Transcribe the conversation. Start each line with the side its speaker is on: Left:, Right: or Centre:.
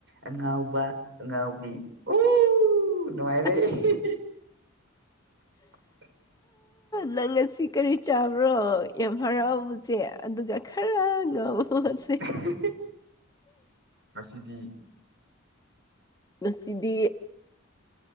Right: ꯑꯉꯥꯎꯕ ꯑꯉꯥꯡꯕꯤ ꯑꯣ ꯅꯨꯡꯉꯥꯏꯔꯦ
Left: ꯑꯁ
Right: <inaudible>
Left: ꯅꯪ ꯉ ꯑꯁꯤ ꯀꯔꯤ ꯆꯥꯕ꯭ꯔꯣ ꯌꯥꯝ ꯍꯔꯥꯎꯕꯁꯦ ꯑꯗꯨꯒ ꯈꯔ ꯉꯥꯎꯕ ꯃꯣꯠꯁꯦ
Right: ꯎ ꯉꯁꯤꯗꯤ
Left: ꯉꯁꯤꯗꯤ